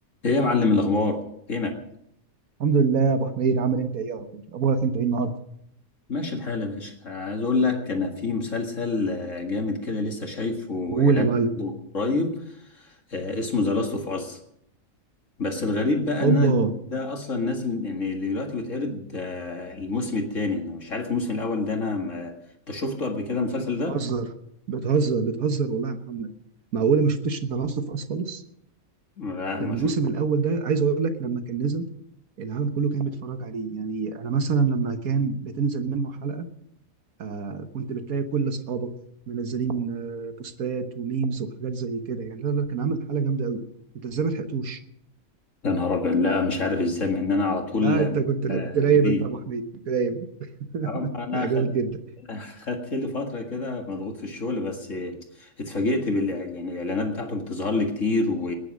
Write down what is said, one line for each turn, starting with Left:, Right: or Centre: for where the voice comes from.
Left: ايه يا معلم الاخبار فينك
Right: الحمد لله يا ابو حميد عامل انت ايه يا رب اخبارك انت ايه النهارده
Left: ماشي الحال يا باشا عايز اقول لك انا في مسلسل آه، جامد كده لسه شايفه
Right: قول
Left: اعلان
Right: يا معلم
Left: عنه قريب آه، اسمه ذا لاست اوف اس بس الغريب بقى
Right: اوبا
Left: ان انا ده اصلا نازل يعني اللي دلوقتي بيتعرض آه، الموسم الثاني انا مش عارف الموسم الاول ده انا ما... انت شفته قبل كده المسلسل
Right: بتهزر
Left: ده
Right: بتهزر بتهزر والله يا محمد معقوله ما شفتش ذا لاست اوف اس خالص
Left: لا
Right: ده
Left: ما
Right: الموسم
Left: شفت
Right: الاول ده عايز اقول لك لما كان نزل العالم كله كان بيتفرج عليه يعني انا مثلا لما كان بتنزل منه حلقه آه كنت بتلاقي كل اصحابك منزلين آه بوستات وميمز وحاجات زي كده يعني لا لا كان عامل حلقه جامده قوي انت ازاي ما لحقتوش
Left: يا نهار ابيض لا مش عارف ازاي مع ان انا على طول
Right: لا انت كنت لا
Left: آه،
Right: كنت نايم
Left: جديد
Right: انت يا ابو حميد كنت نايم <laughs>
Left: أه، ما انا
Right: لا جامد جدا
Left: خدت لي فترة كده مضغوط في الشغل بس اتفاجئت بال يعني الإعلانات بتاعته بتظهر لي كتير و...